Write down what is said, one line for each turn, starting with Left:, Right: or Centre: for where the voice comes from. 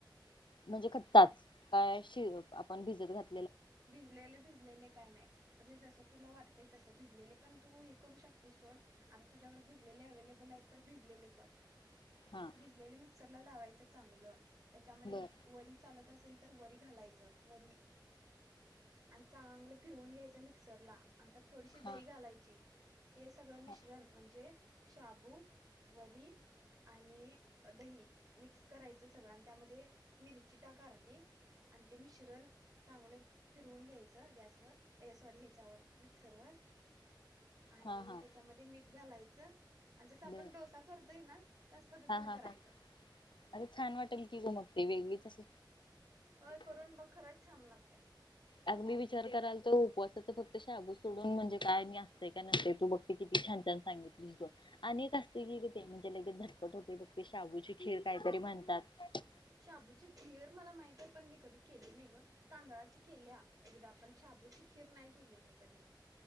Left: म्हणजे कचाच
Right: काय
Left: काय शिजू आपण भिजत घात. -
Right: भिजलेले भिजलेले काय नाय. म्हणजे जसं तुला वाटतंय तसं भिजले पण तू हे करू शकतीस सोड आता तुझ्याकडे भिजलेले अवलेबलाय. नाही तर भिजलेले कर.
Left: हा
Right: भिजलेल मिक्सरला लावायच चांगलं त्याच्यामध्ये
Left: बर
Right: वरी चालत. असेल तर वरी घालायचं वरी. आणि चांगलं फिरवून घ्यायचं मिक्सरला आणि त्यात थोडीशी
Left: हा
Right: दही घालायची. हे सगळं मिश्रण
Left: हा
Right: म्हणजे शाबू, वरी. आणि दही मिक्स करायचं सगळं आणि त्यामध्ये मिरची टाक अर्धी. आणि ते मिश्रण चांगलं. फिरवून घ्यायचं गॅसवर हे सॉरी ह्याच्यावर मिक्सर वर. आणि
Left: हा हा
Right: त्याच्यामध्ये मीठ घालायचं आणि जस आपण
Left: बर
Right: डोसा करतोय ना? त्याच. पद्धतीने
Left: हा हा
Right: करायचं
Left: हा अरे छान वाटेल की ग मग ते वेगळी च अस.
Right: होय करून बघ खरंच छान लागती या.
Left: अगदी विचार कराल तर, उपवासाचा फक्त शाबू सोडून म्हणजे काय मी असतंय काय नसतंय तू बघते किती छान सांगितली की बघ आणि एक असते की ग ते म्हणजे लगेच भा असच होतंय बघ, ते शाबूची खीर काहीतरी म्हणतात.
Right: शाबूची खर मला माहित हाय पण मी कधी केली नाही ग, तांदळाची केलीया एकदा आपण शाबूची खीर नाही केली मी कधी